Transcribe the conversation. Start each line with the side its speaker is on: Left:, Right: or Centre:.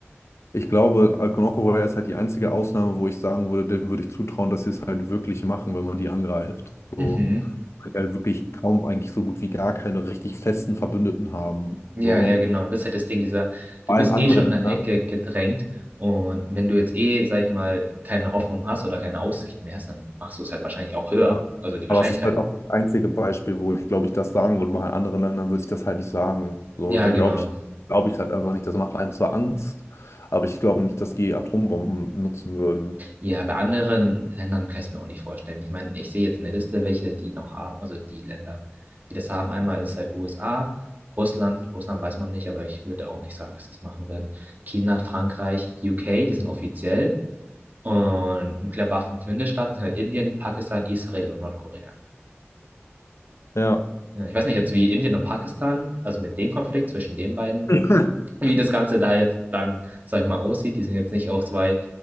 Left: Ich glaube, Nordkorea ist halt die einzige Ausnahme, wo ich sagen würde, dem würde ich zutrauen, dass sie es halt wirklich machen, wenn man die angreift. So,
Right: Mhm.
Left: weil die halt wirklich kaum eigentlich so gut wie gar keine richtig festen Verbündeten haben.
Right: Ja,
Left: So.
Right: ja, genau. Das ist halt das Ding, dieser, du
Left: Bei
Right: bist
Left: allen anderen
Right: eh schon in
Left: Ländern.
Right: der Ecke gedrängt und wenn du jetzt eh, sag ich mal, keine Hoffnung hast oder keine Aussicht mehr hast, dann machst du es halt wahrscheinlich auch höher.
Left: Ja.
Right: Also die
Left: Aber
Right: Wahrscheinlichkeit.
Left: es ist halt auch das einzige Beispiel, wo ich glaube ich das sagen würde. Bei anderen Ländern würde ich das halt nicht sagen. So,
Right: Ja,
Left: da
Right: genau.
Left: glaube ich, glaube ich halt einfach nicht. Das macht einem zwar Angst, aber ich glaube nicht, dass die Atombomben nutzen würden.
Right: Ja, bei anderen Ländern kann ich es mir auch nicht vorstellen. Ich meine, ich sehe jetzt eine Liste, welche die noch haben, also die Länder, die das haben. Einmal ist halt USA, Russland. Russland weiß man nicht, aber ich würde auch nicht sagen, dass die es machen werden. China, Frankreich, UK, das sind offiziell. Und Nuklearwaffen führende Staaten sind halt Indien, Pakistan, Israel und Nordkorea.
Left: Ja.
Right: Ja, ich weiß nicht jetzt, wie Indien und Pakistan, also mit dem Konflikt zwischen den beiden,
Left: <laughs>
Right: wie das Ganze da jetzt dann, sag ich mal, aussieht. Die sind jetzt nicht auch zwei